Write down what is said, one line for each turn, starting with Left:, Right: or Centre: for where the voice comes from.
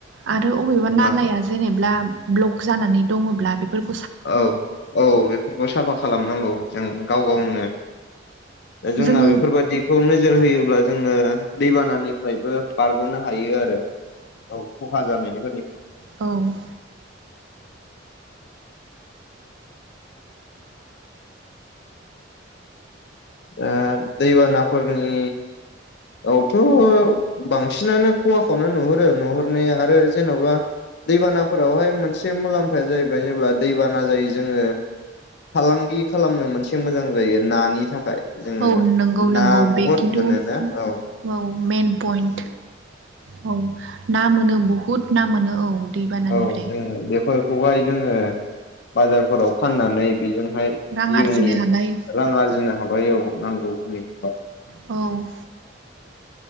Right: आरो अबेबा
Left: नङाबा
Right: नालाया जेनेब्ला ब्ल'क जानानै दङ'ब्ला बेफोर
Left: औ औ बेफोरखौ साफा खालामनांगौ जों गाव गावनो ओ जोंहा
Right: जोङो
Left: बेफोरबादिखौ नोजोर होयोब्ला जोङो दैबानानिफ्रायबो बारग'नो हायो आरो औ खहा जानायनि
Right: औ
Left: ओ दैबानाफोरनि औ थ' बांसिनानो ख'हाखौनो नुहुरो नुहुरनाया आरो जेन'बा दैबानाफोरावहाय मोनसे मुलाम्फाया जाहैबाय जेब्ला दैबाना जायो जोङो फालांगि खालामनो मोनसे मोजां जायो नानि थाखाय जोङो
Right: औ नोंगौ
Left: ना
Right: नोंगौ बे
Left: बहुद
Right: खिन्थु
Left: मोनोना औ
Right: औ मेइन पइन्ट औ ना मोनो बुहुद ना मोनो औ दैबानानिफ्राय
Left: औ जोङो बेफोरखौहाय जोङो बाजारफोराव फाननानै बि जोंहाय
Right: रां
Left: जिउनि
Right: आरजिनो हानाय
Left: रां आरजिनो हाबाय औ नांगौ खिनिखौ हाय
Right: औ